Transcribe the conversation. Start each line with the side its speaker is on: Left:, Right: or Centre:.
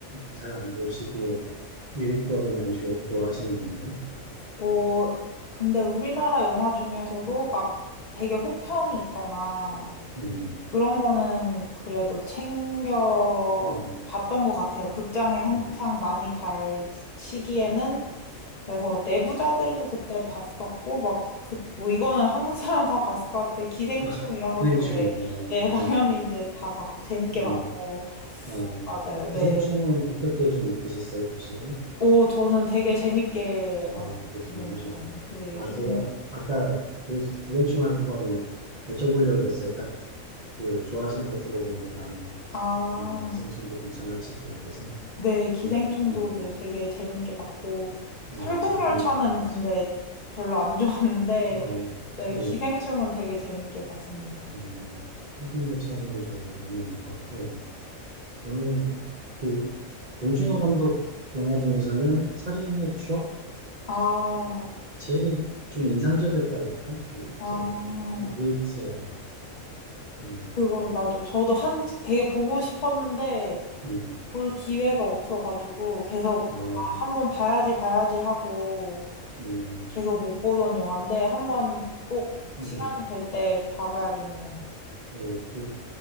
Right: 잘 안 보시고, 미국 거를 많이 좋아- 좋아하시는 건가요?
Left: 어, 근데 우리나라 영화 중에서도 막 되게 호평이 있거나
Right: 음,
Left: 그런 거는 그래도 챙겨
Right: 음,
Left: 봤던 것 같아요. 극장에 한창
Right: 뭐,
Left: 많이 갈 시기에는 그래서 내부자들도 그때 봤었고 막 그, 뭐 이거는 한국 사람 다 봤을 것 같아. 기생충
Right: 아,
Left: 이런 것도
Right: 기생충,
Left: 네,
Right: 예,
Left: 네 <laughs>
Right: 예,
Left: 당연히 이제 다 봤, 재밌게
Right: 예.
Left: 봤고
Right: 아,
Left: 맞아요. 네.
Right: 기생충은 어떻게 좀 느끼셨어요, 보시고?
Left: 오, 저는 되게 재밌게
Right: 아,
Left: 봤어요,
Right: 그러시구나.
Left: 기생충. 네,
Right: 아,
Left: 기생충.
Right: 제가 아- 아까 그 기생충 한번 여쭤보려고 그랬어요. 딱 그 좋아하시는 거 들어보니까
Left: 아,
Right: 음, 기생충도 괜찮으실 것 같아서.
Left: 네, 기생충도
Right: 음, 음,
Left: 네, 되게 재밌게 봤고,
Right: 네,
Left: 설국열차는
Right: 재밌는.
Left: 근데 별로 안 <laughs> 좋았는데,
Right: 아,
Left: 네,
Right: 예.
Left: 기생충은 되게 재밌게 봤습니다.
Right: 음, 한국무차는 저는 못 봤고, 저는 그 봉준호 감독 영화 중에서는 살인의 추억이
Left: 아,
Right: 제일 좀 인상적이었다고 그럴까? 음,
Left: 아,
Right: 좀, 음, 그랬어요. 음,
Left: 그걸 맞아. 저도 한, 되게 보고 싶었는데,
Right: 음.
Left: 볼 기회가 없어가지고, 계속,
Right: 아,
Left: 아, 한번 봐야지, 봐야지 하고,
Right: 음,
Left: 계속 못 보던 영화인데 한번 꼭
Right: 음,
Left: 시간이 될 때 봐봐야겠네요.
Right: 예, 그,